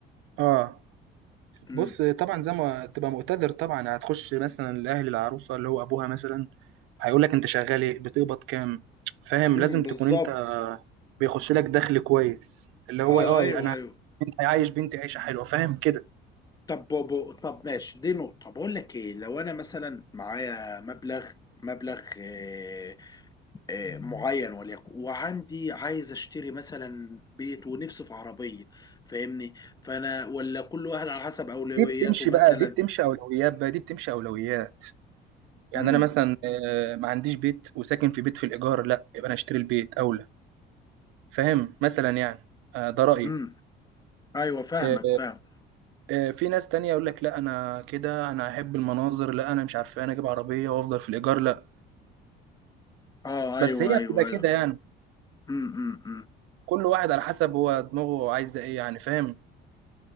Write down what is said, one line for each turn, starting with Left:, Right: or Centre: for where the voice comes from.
Right: اه
Left: امم
Right: بص طبعا زي ما تبقى مقتدر طبعا هتخش مثلا لاهل العروسه اللي هو ابوها مثلا هيقول لك انت شغال ايه بتقبض كام فاهم
Left: امم
Right: لازم
Left: بالظبط
Right: تكون انت بيخش لك دخل كويس اللي هو
Left: اه
Right: اه
Left: ايوه
Right: انا
Left: ايوه
Right: انت عايش بنتي عيشه حلوه فاهم كده
Left: طب بابا طب ماشي دي نقطه بقول لك ايه لو انا مثلا معايا مبلغ مبلغ آه، آه، معين وليكن وعندي عايز اشتري مثلا بيت ونفسي في عربيه فاهمني فانا ولا كل واحد على حسب اولوياته
Right: دي بتمشي
Left: مثلا
Right: بقى دي بتمشي اولويات بقى دي بتمشي اولويات يعني
Left: امم
Right: انا مثلا آه، ما عنديش بيت وساكن في بيت في الايجار لا يبقى انا اشتري البيت اولى فاهم مثلا يعني آه، ده رايي
Left: امم ايوه فاهمك
Right: آه،
Left: فاهم
Right: آه، في ناس تانية يقول لك لا انا كده انا احب المناظر لا انا مش عارف إيه، انا اجيب عربية وافضل في الايجار لا
Left: اه
Right: بس
Left: ايوه
Right: هي
Left: ايوه
Right: بتبقى كده
Left: ايوه
Right: يعني
Left: امم امم أمم.
Right: كل واحد على حسب هو دماغه عايزة ايه يعني فاهم